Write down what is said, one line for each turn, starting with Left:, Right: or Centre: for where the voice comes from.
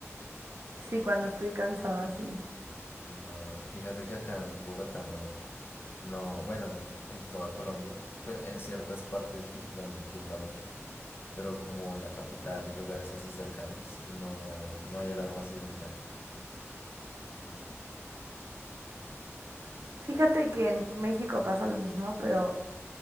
Right: Sí, cuando estoy cansada, sí.
Left: No, fíjate que acá en Bogotá no, no, bueno, en, en toda Colombia, pero en ciertas partes sí, donde tiembla mucho, pero como en la capital y lugares así cercanos, no, no hay alarma sísmica.
Right: Fíjate que en México pasa lo mismo, pero,